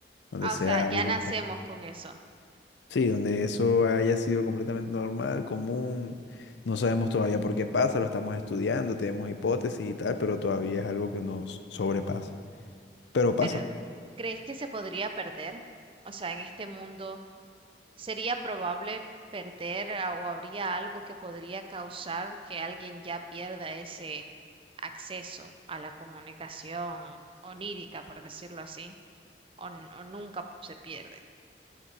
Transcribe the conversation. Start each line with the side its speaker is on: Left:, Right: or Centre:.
Left: donde
Right: Ah,
Left: sea
Right: o sea, ya
Left: algo
Right: nacemos
Left: como...
Right: con eso.
Left: Sí, donde eso haya sido completamente normal, común. No sabemos todavía por qué pasa, lo estamos estudiando, tenemos hipótesis y tal, pero todavía es algo que nos sobrepasa. Pero pasa.
Right: Pero, ¿crees que se podría perder? O sea, en este mundo ¿Sería probable perder a- o habría algo que podría causar que alguien ya pierda ese acceso a la comunicación onírica, por decirlo así, o, n- o nunca se pierde?